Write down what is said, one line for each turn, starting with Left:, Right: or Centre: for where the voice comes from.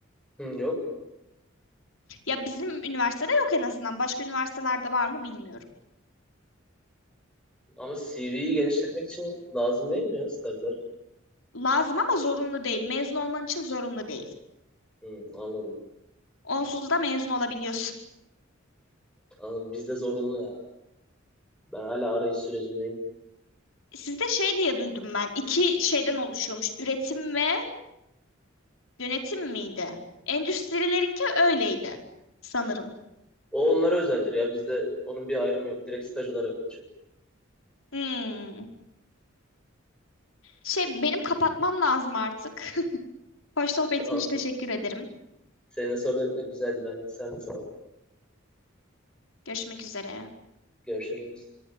Centre: Hı, yok mu?
Left: Ya bizim üniversitede yok en azından. Başka üniversitelerde var mı bilmiyorum.
Centre: Ama CV'yi genişletmek için lazım değil mi ya stajlar?
Left: Lazım ama zorunlu değil. Mezun olman için zorunlu değil.
Centre: Hı, anladım.
Left: Onsuz da mezun olabiliyorsun.
Centre: Anladım. Bizde zorunlu ya. Ben hala arayış sürecindeyim.
Left: Sizde şey diye duydum ben. İki şeyden oluşuyormuş. Üretim ve Yönetim miydi? Endüstrilerinki öyleydi sanırım.
Centre: O onlara özeldir ya. Bizde onun bir ayrımı yok. Direkt staj olarak geçiyor.
Left: Hmm. Şey benim kapatmam lazım artık. <laughs> Hoş sohbetin
Centre: Tamam.
Left: için teşekkür ederim.
Centre: Seninle sohbet etmek güzeldi. Ben de. Sen de sağ ol.
Left: Görüşmek üzere.
Centre: Görüşürüz.